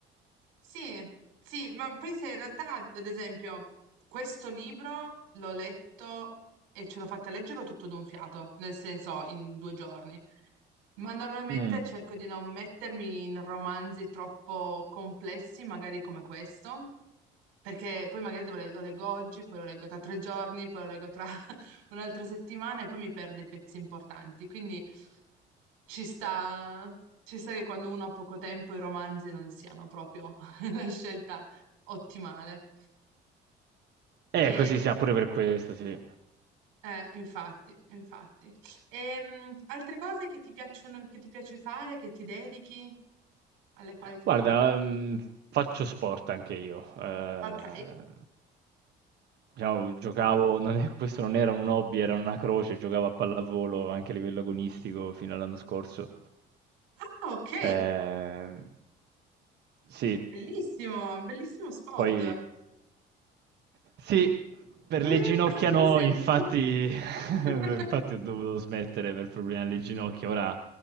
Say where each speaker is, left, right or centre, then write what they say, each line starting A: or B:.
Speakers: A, on the right (about 90°); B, on the right (about 60°).
A: Sì, sì, ma poi se in realtà, ad esempio, questo libro l'ho letto e ce l'ho fatta leggerlo tutto d'un fiato, nel senso in due giorni. Ma normalmente
B: Mm.
A: cerco di non mettermi in romanzi troppo complessi, magari come questo, perché poi magari devo le- lo leggo oggi, poi lo leggo tra tre giorni, poi lo leggo tra <laughs> un'altra settimana e poi mi perdo i pezzi importanti. Quindi ci sta, ci sta che quando uno ha poco tempo i romanzi non siano proprio <laughs> la scelta ottimale.
B: Eh,
A: E,
B: così sia pure per questo, sì.
A: eh, infatti, infatti. Ehm, altre cose che ti piacciono, che ti piace fare, che ti dedichi, alle quali ti
B: Guarda,
A: dedichi?
B: mh, faccio sport anche io. Eh,
A: Ok.
B: diciamo, giocavo, non è- questo non era un hobby, era una croce, giocavo a pallavolo anche a livello agonistico fino all'anno scorso.
A: Ah, ok.
B: Eh, sì,
A: Bellissimo, bellissimo sport.
B: Poi sì, per
A: Mm,
B: le ginocchia no,
A: <laughs> sembri.
B: infatti, <laughs>
A: <laughs>
B: infatti ho dovuto smettere per problemi alle ginocchia, ora